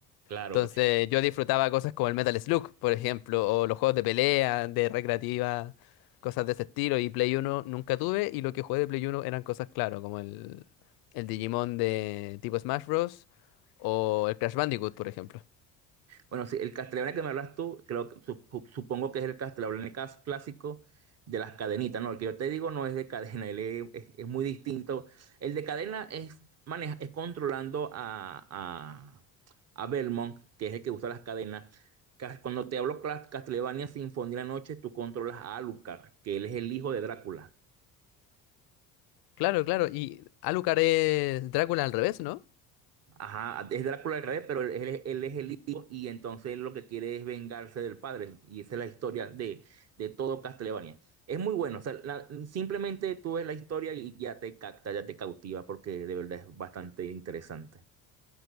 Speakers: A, on the right (about 40°); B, on the left (about 65°).
A: Claro.
B: Entonces yo disfrutaba cosas como el Metal Slug, por ejemplo, o los juegos de pelea, de recreativa, cosas de ese estilo. Y Play Uno nunca tuve y lo que jugué de Play Uno eran cosas, claro, como el, el Digimon de tipo Smash Bros. o el Crash Bandicoot, por ejemplo.
A: Bueno, sí, el castellano que me hablas tú, creo, que- sup- supongo que es el castellano clásico de las cadenitas, ¿no? El que yo te digo no es de cadena, él es, es- es muy distinto. El de cadena es, maneja, es controlando a, a, a Belmont, que es el que usa las cadenas. Ca- Cuando te hablo cla- Castlevania Sinfonía de la Noche, tú controlas a Alucard, que él es el hijo de Drácula.
B: Claro, claro. Y Alucard es Drácula al revés, ¿no?
A: Ajá, es Drácula al revés, pero él, él- él es el hijo y entonces él lo que quiere es vengarse del padre. Y esa es la historia de, de todo Castlevania. Es muy bueno, o sea, la- simplemente tú ves la historia y ya te capta, ya te cautiva, porque de verdad es bastante interesante.